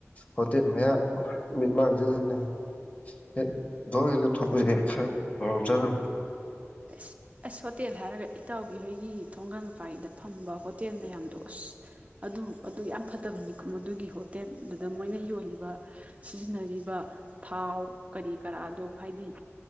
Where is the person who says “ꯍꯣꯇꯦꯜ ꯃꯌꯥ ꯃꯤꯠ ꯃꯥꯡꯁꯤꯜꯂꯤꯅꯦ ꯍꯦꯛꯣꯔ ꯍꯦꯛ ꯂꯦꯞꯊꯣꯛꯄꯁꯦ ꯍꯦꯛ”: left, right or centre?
Left